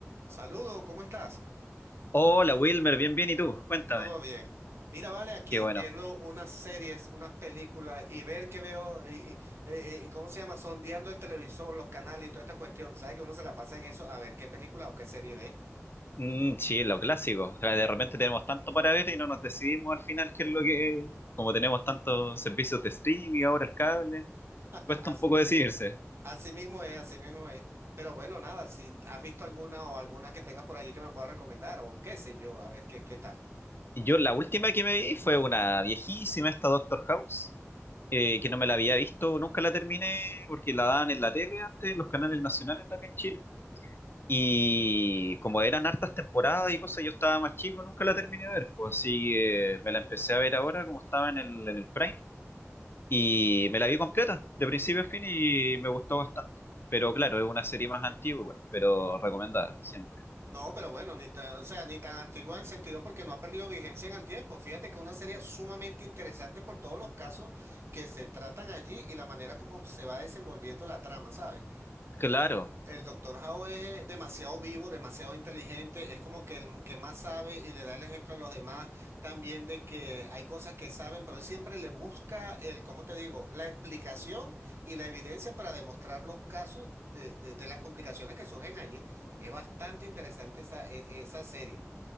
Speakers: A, on the right; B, on the left.
A: Saludo, ¿cómo estás?
B: Hola Wilmer, bien, bien, ¿y tú? Cuéntame.
A: Todo bien. Mira, vale, aquí
B: Qué bueno.
A: viendo unas series, unas películas y ver qué veo y, y- eh, eh, ¿cómo se llama? Sondeando el televisor, los canales y toda esta cuestión. ¿Sabes que uno se la pasa en eso a ver qué película o qué serie ve?
B: Mm, sí, lo clásico. O sea, De repente tenemos tanto para ver y no nos decidimos al final qué es lo que... Como tenemos tantos servicios de streaming, ahora el cable,
A: <laughs>
B: cuesta
A: As-
B: un poco decidirse.
A: Así mismo es, así mismo es. Pero bueno, nada, si has visto alguna o alguna que tengas por allí que me puedas recomendar o qué sé yo, a ver qué, qué tal.
B: Y Yo la última que me vi fue una viejísima, esta Doctor House, eh, que no me la había visto, nunca la terminé porque la daban en la tele antes, en los canales nacionales de acá en Chile. Y como eran hartas temporadas y cosas, yo estaba más chico, nunca la terminé de ver. Pues así que me la empecé a ver ahora, como estaba en el, en el Prime, y me la vi completa, de principio a fin, y me gustó bastante. Pero claro, es una serie más antigua, igual, pero recomendada siempre.
A: No, pero bueno, ni tan, o sea, ni tan antigua en sentido porque no ha perdido vigencia en el tiempo. Fíjate que es una serie sumamente interesante por todos los casos que se tratan allí y la manera como se va desenvolviendo la trama, ¿sabes?
B: Claro,
A: El doctor Howe es eh, demasiado vivo, demasiado inteligente, es como que el que más sabe y le da el ejemplo a los demás también de que hay cosas que saben, pero él siempre le busca el, ¿cómo te digo?, la explicación y la evidencia para demostrar los casos de, de- de las complicaciones que surgen allí. Es bastante interesante esa, e- esa serie.